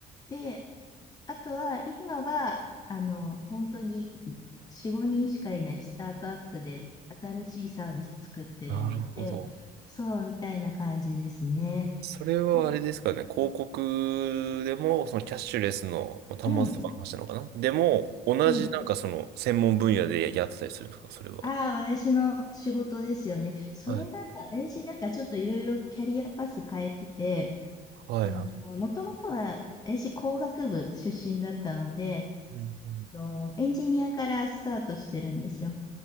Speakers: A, on the left; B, on the right.
A: で、あとは、今は、あの、本当に4、5人しかいないスタートアップで新しいサービス作ってるので、
B: なるほど。
A: そうみたいな感じですね。
B: それはあれですかね。
A: うん、
B: 広告でも、そのキャッシュレスのまあ端末とかの話なのかなでも、
A: うん。
B: 同じなんかその専門分野でやってたりするんですかそれは。
A: うんああ、私の仕事ですよね。それが、
B: はい。
A: 私なんかちょっといろいろキャリアパス変えてて、
B: はいはい。
A: あの、もともとは私工学部出身だったので、
B: うんうん。
A: あのエンジニアからスタートしてるんですよ。